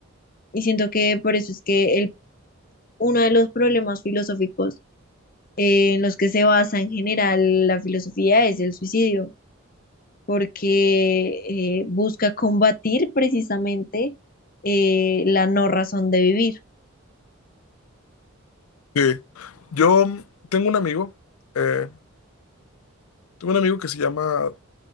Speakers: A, on the left; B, on the left.
A: Y siento que por eso es que el, uno de los problemas filosóficos eh, en los que se basa en general la filosofía es el suicidio porque eh, busca combatir precisamente eh, la no razón de vivir.
B: Sí. Yo tengo un amigo, eh, tengo un amigo que se llama